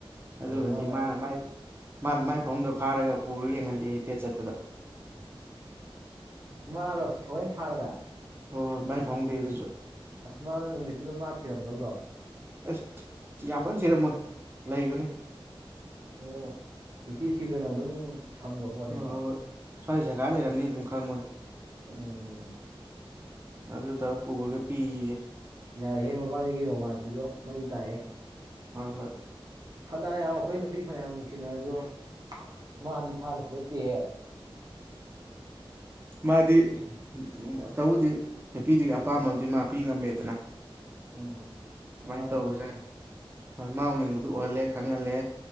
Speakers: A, on the right (about 25°); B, on the right (about 45°).
A: ꯑꯗꯨꯒꯗꯤ
B: ꯑꯣ ꯃꯥ
A: ꯃꯥꯅ ꯃꯥꯏ ꯃꯥꯅ ꯃꯥꯏ ꯐꯃꯨꯡꯗ ꯐꯥꯔꯒ ꯄꯨꯔ ꯌꯦꯡꯍꯜꯂꯦꯌꯦ ꯗꯦꯠ ꯆꯠꯄꯗ
B: ꯃꯥꯔꯣ ꯊꯑꯣꯏ ꯐꯥꯔꯒ
A: ꯍꯣ ꯍꯣꯏ ꯃꯥꯏ ꯐꯃꯨꯡꯗꯩ ꯑꯗꯨꯖꯨ
B: ꯑꯁ ꯃꯥꯗꯨ ꯅꯨꯃꯤꯠꯇꯨꯗ ꯃꯥꯥ ꯊꯤꯔꯝꯗꯧꯗꯣ
A: ꯑꯁ ꯌꯥꯝ ꯀꯟ ꯊꯤꯔꯝꯃꯣꯏ ꯂꯩꯕꯅꯤ
B: ꯑꯣ ꯏꯊꯤ ꯊꯤꯗꯅ ꯑꯗꯨꯝ ꯐꯪꯕ ꯄꯣꯠꯅꯦꯕ
A: ꯍꯣꯏ ꯍꯣꯏ ꯍꯣꯏ ꯁ꯭ꯋꯥꯏ ꯖꯥꯒꯥ ꯂꯩꯔꯝꯅꯤ ꯑꯗꯨꯝ ꯈꯪꯕꯅꯦ
B: ꯎꯝ
A: ꯑꯗꯨꯗꯣ ꯄꯨꯔꯒ ꯄꯤꯑꯌꯦ
B: ꯌꯥꯏꯍꯦ ꯃꯕꯥꯅꯤꯒꯤ ꯔꯣꯃꯥꯟꯁꯁꯤꯖꯨ ꯃꯩ ꯇꯥꯏꯍꯦ
A: ꯑꯥ ꯍꯣꯏ
B: ꯐꯅ ꯌꯥꯝ ꯑꯈꯣꯏ ꯅꯨꯄꯤ ꯐꯅꯌꯥꯝ ꯅꯨꯡꯁꯤꯅꯔꯖꯨ ꯃꯥꯗꯤ ꯐꯥꯔ ꯄꯤꯔꯛꯇꯦꯍꯦ
A: ꯃꯥꯗꯤ ꯎꯝ ꯇꯧꯕꯨꯗꯤ ꯅꯨꯄꯤꯗꯨꯏ ꯑꯄꯥꯝꯕ ꯑꯝꯗꯤ ꯃꯥ ꯄꯤ ꯉꯝꯃꯦꯗꯅ
B: ꯎꯝ ꯃꯥ
A: ꯃꯥꯏꯟ ꯇꯧꯕꯖꯥꯠꯅꯤ
B: ꯎꯅꯤꯡꯕꯗ
A: ꯃꯥꯥ ꯎꯅꯤꯡꯕꯗꯨ ꯎꯍꯜꯂꯦ ꯈꯪꯍꯜꯂꯦ